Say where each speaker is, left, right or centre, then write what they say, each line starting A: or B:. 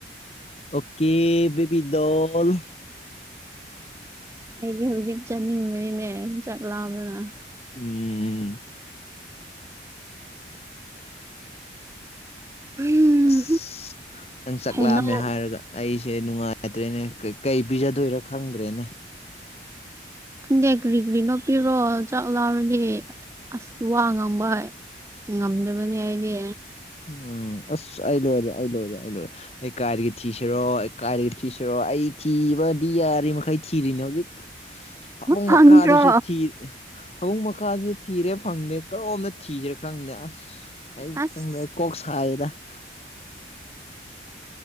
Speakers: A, on the left; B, on the right.
A: ꯑꯣꯀꯦ ꯕꯤꯕꯤꯗꯣꯜ
B: ꯑꯩꯗꯤ ꯍꯧꯖꯤꯛ ꯆꯠꯅꯤꯡꯕꯅꯤꯅꯦ ꯆꯥꯛꯂꯝꯕꯅ
A: ꯎꯝ
B: ꯎꯝ
A: ꯑꯁ ꯅꯪ ꯆꯠꯂꯛꯑꯝꯃꯦ
B: ꯍꯩꯅꯧ
A: ꯍꯥꯏꯔꯒ ꯑꯩ ꯁꯦ ꯅꯨꯡꯉꯥꯏꯇ꯭ꯔꯦꯅꯦ ꯀꯩ ꯄꯤꯖꯗꯣꯏꯔ ꯈꯪꯗ꯭ꯔꯦꯅꯦ
B: ꯈꯪꯗꯦ ꯀꯔꯤ ꯒ꯭ꯔꯤ ꯔꯥꯥ ꯄꯤꯔꯣ ꯆꯥꯛ ꯂꯝꯃꯥꯗꯤ ꯑꯁ ꯋꯥ ꯉꯥꯡꯕ ꯉꯝꯗꯕꯅꯤ ꯍꯥꯏꯗꯤ
A: ꯎꯝ ꯑꯁ ꯑꯩ ꯂꯣꯏꯔꯦ ꯑꯩ ꯂꯣꯏꯔꯦ ꯑꯩ ꯂꯣꯏꯔꯦ ꯑꯩ ꯀꯥꯏꯔꯗꯒꯤ ꯊꯤꯁꯤꯔꯣ ꯑꯩ ꯀꯥꯏꯗꯒꯤ ꯊꯤꯁꯤꯔꯣ ꯑꯩ ꯊꯤꯕ ꯗꯤ ꯑꯔꯔꯤ ꯃꯈꯩ ꯊꯤꯔꯤꯅꯦ ꯍꯣ ꯖꯤꯛ ꯐꯃꯨꯡ
B: ꯐꯪꯗ꯭ꯔꯣ
A: ꯃꯈꯥꯗꯁꯨ ꯊꯤ ꯐꯃꯨꯡ ꯃꯈꯥꯗꯁꯨ ꯊꯤꯔꯦ ꯈꯪꯗꯦ ꯀꯔꯣꯝꯗ ꯊꯤꯁꯤꯔꯦ ꯈꯪꯗꯦ ꯑꯁ ꯑꯩ
B: ꯑꯁ
A: ꯈꯪꯗꯦ ꯀꯗ